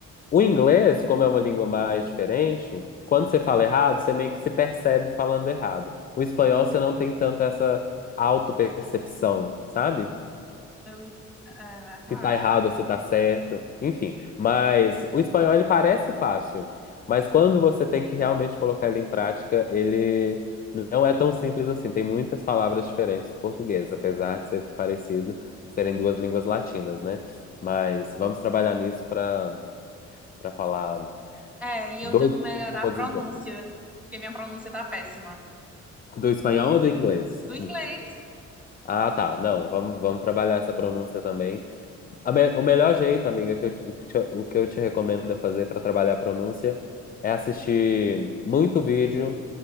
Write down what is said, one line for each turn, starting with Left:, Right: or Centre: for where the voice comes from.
Left: O inglês, como é uma língua mais diferente, quando você fala errado, você meio que se percebe falando errado. O espanhol, você não tem tanto essa autopercepção, sabe?
Centre: eu, é verdade.
Left: se tá errado ou se tá certo, enfim. Mas o espanhol ele parece fácil, mas quando você tem que realmente colocar ele em prática, ele não é tão simples assim. Tem muitas palavras diferentes do português, apesar de ser parecido, serem duas línguas latinas, né? Mas vamos trabalhar nisso para para falar
Centre: É, e eu
Left: dois
Centre: tenho que melhorar
Left: todos
Centre: a pronúncia,
Left: em diante.
Centre: porque minha pronúncia tá péssima.
Left: Do espanhol ou do inglês?
Centre: Do inglês,
Left: Hum. Ah, tá. Não, vamos, vamos trabalhar essa pronúncia também. A me- O melhor jeito, amiga, que eu te- o que te- o que eu te recomendo fazer para trabalhar a pronúncia é assistir muito vídeo